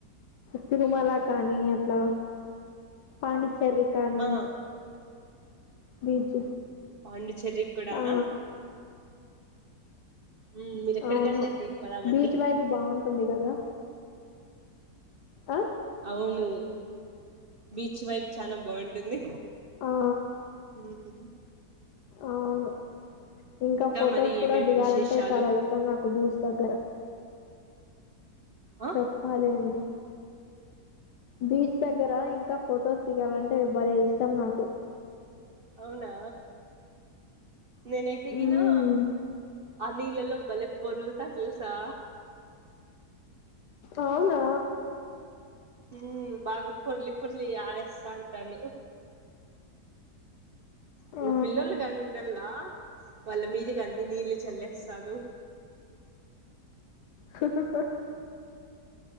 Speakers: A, on the left; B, on the right.
A: తిరుమల కానీ అలా పాండిచేరి కానీ
B: ఆ
A: బీచ్
B: పాండిచేరి కూడానా
A: ఆ
B: ఉమ్ మీరు ఎక్కడికంటే
A: అవును
B: అక్కడికి పోదామండి
A: బీచ్ వైపు బాగుంటుంది కదా ఆ
B: అవును బీచ్ వైపు చానా బాగుంటుంది.
A: ఆ
B: మ్
A: అవును. ఇంకా ఫొటోస్
B: మరి
A: కూడా
B: ఏమేం
A: దిగాలంటే
B: విశేషాలు
A: చాలా ఇష్టం నాకు బీచ్ దగ్గర
B: ఆ
A: చెప్పాలి అండి. బీచ్ దగ్గర ఇంకా ఫొటోస్ దిగాలంటే భలే ఇష్టం నాకు.
B: అవునా నేనైతే గినా
A: మ్మ్
B: అ నీళ్లల్లో బలే పొర్లుతా తెల్సా
A: అవునా
B: హ్మ్ బాగా పొర్లి పొర్లి ఆడేస్తా ఉంటాను. ఇంగ
A: ఆ
B: పిల్లోళ్ళు గా నీళ్లల్లా వాళ్ళ మీదిక్ అన్ని నీళ్లు చల్లేస్తాను.
A: హ హ హా